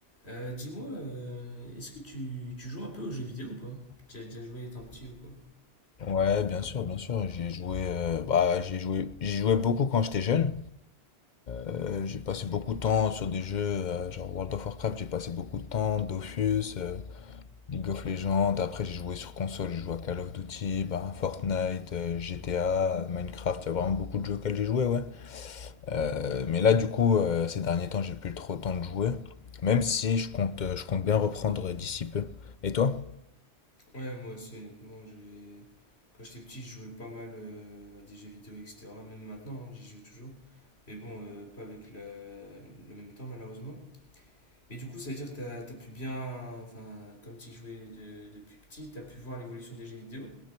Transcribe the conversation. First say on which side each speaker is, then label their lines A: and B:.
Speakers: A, on the left; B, on the left.
A: Euh, dis-moi, euh, est-ce que tu, tu joues un peu aux jeux vidéo ou pas? Tu as déjà joué étant petit ou quoi?
B: Ouais, bien sûr, bien sûr. J'y ai joué, euh, bah, j'y ai joué, j'y jouais beaucoup quand j'étais jeune. Euh, j'ai passé beaucoup de temps sur des jeux, euh, genre World of Warcraft, j'ai passé beaucoup de temps, Dofus, euh, League of Legends. Après, j'ai joué sur console, j'ai joué à Call of Duty, bah, Fortnite, euh, GTA, Minecraft. Il y a vraiment beaucoup de jeux auxquels j'ai joué, ouais. Euh, mais là, du coup, euh, ces derniers temps, j'ai plus trop le temps de jouer. Même si je compte, euh, je compte bien reprendre d'ici peu. Et toi?
A: Ouais, moi aussi, honnêtement, j'ai... quand j'étais petit, je jouais pas mal euh, à des jeux vidéo, etc. Même maintenant, hein, j'y joue toujours. Mais bon, euh, pas avec la- le même temps, malheureusement. Mais du coup, ça veut dire que t'as, t'as pu bien. Enfin, comme tu y jouais de- depuis petit, t'as pu voir l'évolution des jeux vidéo.